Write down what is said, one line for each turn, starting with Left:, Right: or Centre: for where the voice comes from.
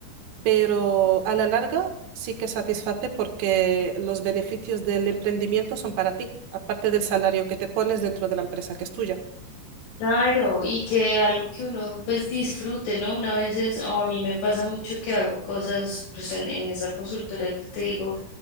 Right: pero a la larga sí que satisface porque los beneficios del emprendimiento son para ti, aparte del salario que te pones dentro de la empresa que es tuya.
Left: Claro, y que algo que uno pues disfrute, ¿no? Una vez es, o a mí me pasa mucho que hago cosas pues en, en esa consultora que te digo,